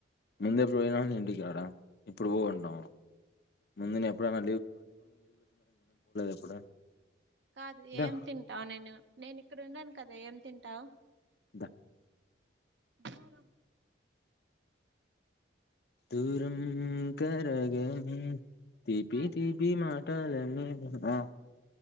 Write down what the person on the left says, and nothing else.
ముందు ఎప్పుడు పోయినా ఇంటికాడ ఇప్పుడు పోగుంటాము ముందునా ఎప్పుడన్న ఎప్పుడు
దా
దా
దూరం కరగనీ తీపి
తీపి మాటలానె ఉహ్ ఆ